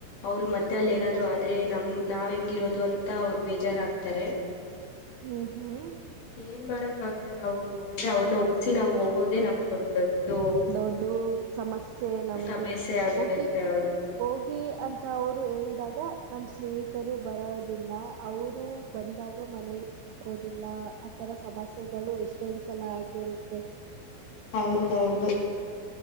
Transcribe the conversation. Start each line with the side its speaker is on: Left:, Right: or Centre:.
Left: ಅವ್ರಿಗೆ ಮತ್ತೆ ಅಲ್ಲಿ ಏನಾದ್ ಆದರೆ ನಮ್ ನಾವವು ಹೆಂಗಿರೋದು ಅಂತ ಅವ್ರು ಬೇಜಾರಾಗ್ತಾರೆ
Right: ಹ್ಮ್ ಹ್ಮ್
Left: ಏನ್ ಮಾಡಕ್ ಆಗಲ್ಲ ನಾವು ಅಂದ್ರೆ ಅವ್ರನ ಒ ಸ ನಾವು ಹೋಗೋದೆ ನಮ್ಗೊಂದೊಡ್
Right: ದೊಡ್ಡ ಸಮಸ್ಯೆ ನಮ್ಗೆ
Left: ಸಮಸ್ಯೆ ಆಗಿಡತ್ತೆ
Right: ಹೋಗಿ
Left: ಹೌದು
Right: ಹೋಗಿ ಅಂತ ಅವರು ಹೇಳ್ದಾಗ ನಮ ಸ್ನೇಹಿತರು ಬರೋದಿಲ್ಲ ಅವರು ಬಂದಾಗ ಮನೇಲಿಬೋದಿಲ್ಲ ಆತರ ಸಮಸ್ಯೆಗಳು ಎಷ್ಟೊಂದ್ ಸಲ ಆಗಿರುತ್ತೆ ಮತ್ತು <unintelligible>
Left: ಹೌದೌದು